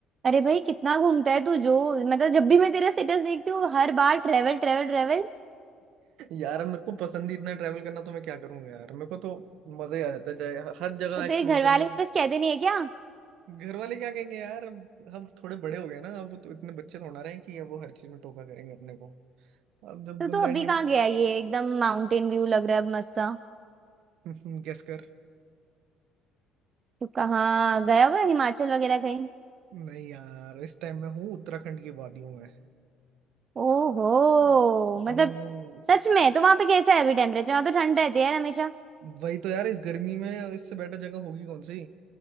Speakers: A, on the right (about 35°); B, on the right (about 70°).
A: अरे भाई कितना घूमता है तू जो मतलब जब भी मैं तेरा स्टेटस देखती हूँ हर बार ट्रेवल ट्रेवल ट्रेवल
B: यार मेरे को पसंद ही इतना ट्रैवल करना तो मैं क्या करूंगा यार मेरे को तो मजा ही आ जाता है चाहे हर जगह
A: तो
B: एक्सप्लोर
A: तेरे घर
B: करने
A: वाले
B: में
A: कुछ कहते नहीं है क्या
B: घर वाले क्या कहेंगे यार अब अब थोड़े बड़े हो गए ना अब तो इतने बच्चे थोड़ा रहे हैं कि अब वो हर चीज में टोका करेंगे अपने को अब जब
A: तो
B: बंदा
A: तू अभी
B: इंडी
A: कहाँ गया ये एकदम माउंटेन व्यू लग रहा है अब मस्त सा।
B: <laughs> गेस कर
A: तू कहाँ गया होगा हिमाचल वगैरह कहीं
B: नहीं यार इस टाइम में हूँ उत्तराखंड की वादियों में
A: ओहो
B: हम्म,
A: मतलब सच में तो वहां पे कैसा है अभी टेम्परेचर वहां तो ठंड रहती है यार हमेशा
B: वही तो यार इस गर्मी में इससे बेटर जगह होगी कौन सी